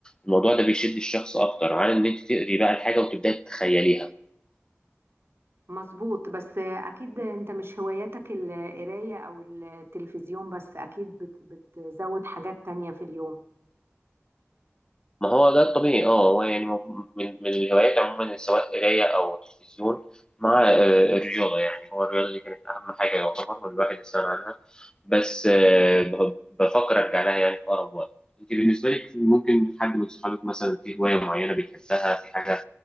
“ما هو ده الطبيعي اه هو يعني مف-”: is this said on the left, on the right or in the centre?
Left